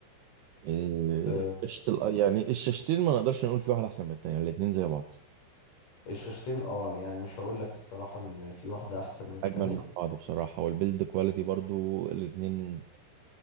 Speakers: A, on the right; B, on the left.
A: إيه،
B: آه،
A: شاشة الأي- يعني الشاشتين ما نقدرش نقول في واحدة أحسن من التانية الاتنين زي بعض
B: الشاشتين اه يعني مش هقول لك الصراحة ان في واحدة احسن من التانية
A: أجمل من بعض بصراحة والبيلد كواليتي برضو الاتنين